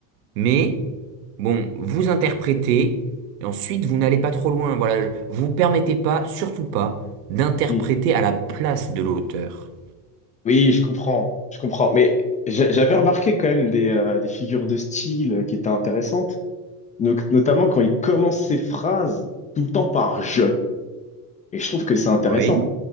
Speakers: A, on the right; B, on the left.
A: Mais, bon, vous interprétez, et ensuite vous n'allez pas trop loin. Voilà, je- vous vous permettez pas, surtout pas, d'interpréter
B: oui,
A: à la place de l'auteur.
B: Oui, je comprends, je comprends. Mais j'a- j'avais remarqué quand même des, euh, des figures de style euh, qui étaient intéressantes, no- notamment quand il commence ses phrases tout le temps par je. Et je trouve que c'est intéressant
A: Oui.